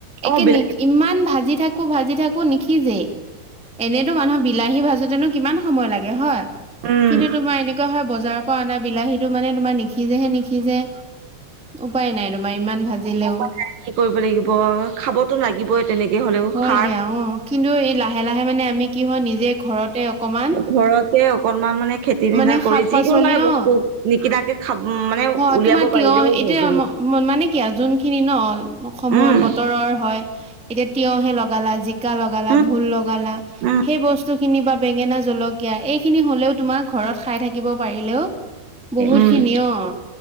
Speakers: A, in the centre; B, on the right.
A: একে
B: অ বিলাহী
A: নি ইমান ভাজি থাকো ভাজি থাকো একো নিখিজেই এনেইতো মানুহৰ বিলাহী ভাজোতেনো কিমান সময় লাগে হয়
B: উম
A: কিন্তু তোমাৰ এনেকুৱা হয় বজাৰৰ পৰা অনা বিলাহীতো মানে তোমাৰ নিসিজেহে নিসিজে উপায় নাই তোমাৰ ইমান ভাজিলেও
B: অ কি কৰিব লাগিব খাবতো লাগিবই তেনেকে হলেও
A: হয়
B: খাৰ
A: দিয়া অ কিন্তু এই লাহে লাহে মানে আমি কি হয় নিজে ঘৰতে অকমান
B: ঘৰতে অকনমান মানে খেতি নিচিনা
A: মানে
B: কৰি
A: শাক
B: যিকোনো
A: পাচলি
B: মানে বস্তু
A: অ
B: নিকিনাকে খাব মানে
A: অ
B: উলিয়াব
A: তোমাৰ তিয়হ
B: পাৰিলেও
A: এতিয়া
B: হৈ বহুত
A: মানে কিয়া যোনখিনি ন সময়
B: উম
A: বতৰৰ হয় এতিয়া তিয়হে লগালা জিকা লগালা
B: উম
A: ভোল লগালা
B: উম
A: সেই বস্তু খিনি বা বেঙেনা জলকীয়া এই খিনি হলেওঁ তোমাৰ ঘৰত খাই থাকিব পাৰিলেও বহুত
B: উম
A: খিনি অ,